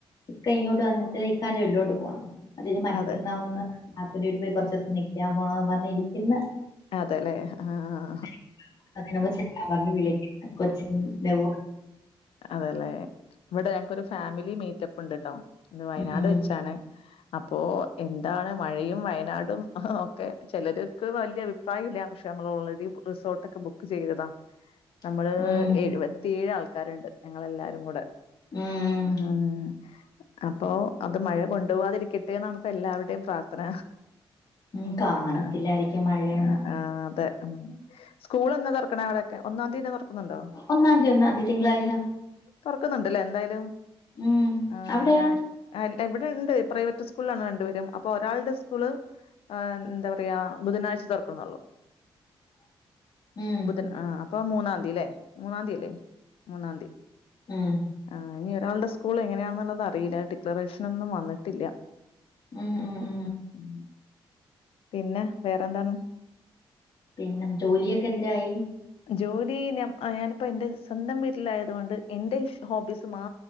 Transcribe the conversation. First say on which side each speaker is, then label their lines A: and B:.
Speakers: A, on the left; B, on the left.
A: ഇക്ക ഇങ്ങോട്ട് വന്നിട്ട് ഇക്കാന്റെ വീട്ടിലോട്ട് പോണം. അത് കഴിഞ് മറ്റന്നാ
B: അതെ
A: വന്ന് ഹുസ്ബന്റിന്റെ വീട്ടിപോയി കുറച്ച ദിവസം നിക്കാൻ പോണോന്നും പറഞ് ഇരിക്ക്ന്ന്
B: അതെല്ലെ ആഹ്
A: <unintelligible>
B: അതേല്ലെ ഇവിടെ ഞങ്ങക്കൊരു ഫാമിലി മീറ്റപ്പ്ണ്ട്ട്ടോ. ഇന്ന് വയനാട്
A: ഉം
B: വെച്ചാണെ അപ്പോ എന്താണ് മഴയും വയനാടും ഒക്കെ ചിലര്ക്ക് വലിയ ദുബായില പക്ഷെ നമ്മള് ഓൾറെഡി റിസോർട്ടൊക്കെ ബുക്ക് ചെയ്തതാ.
A: <inaudible>
B: നമ്മള്
A: ഉം
B: എഴുവത്തിയേഴ് ആൾക്കാരുണ്ട് ഞങ്ങളെല്ലാരും കൂടെ
A: ഉം
B: ആഹ് അപ്പൊ അത് മഴ കൊണ്ടു പോവാതിരിക്കട്ടെ എന്നാണ്പ്പ എല്ലാവരുടെയും പ്രാർത്ഥന.
A: ഉം കാണത്തില്ലായിരിക്കും
B: ആഹ്
A: മഴയൊന്നും
B: ആഹ് അതെ സ്കൂൾ എന്നാ തുറക്കണെ അവിടെക്കെ ഒന്നാം തീയതി തന്നെ തുറക്കുന്നുണ്ടോ?
A: ഒന്നാന്തി ഒന്നാന്തി തിങ്കളാഴ്ച
B: തൊറക്കുന്ന്ണ്ടല്ലേ എന്തായാലും
A: ഉം
B: ആഹ്
A: അവിടെയാ
B: ഞാൻ ഇവിടെണ്ട്. പ്രൈവറ്റ് സ്കൂൾളാണ് രണ്ടുപേരും അപ്പൊ ഒരാളുടെ സ്കൂള് ആഹ് എന്ത പറയാ ബുധനാഴ്ച തൊർക്കുന്നുള്ളൂ
A: <inaudible> ഉം
B: ബുധൻ ആഹ് അപ്പൊ മൂന്നാന്തില്ലേ മൂന്നാന്തിയല്ലേ മൂന്നാന്തി.
A: ഉം
B: ആ ഇനി ഒരാളുടെ സ്കൂള് എങ്ങനെയാന്നുള്ളത് അറിയില്ല ഡിക്ലറേഷൻ ഒന്നും വന്നിട്ടില്ല
A: ഉം ഉം ഉം
B: ഉം പിന്നെ വേറെന്താണ്
A: പിന്നെ ജോലിയൊക്കെ എന്തരായി
B: ജോലി ഞ ആ ഞാനിപ്പോ എന്റെ സ്വന്തം വീട്ടിലായതുകൊണ്ട് എന്റെ ഇ ഹോബീസ് മാ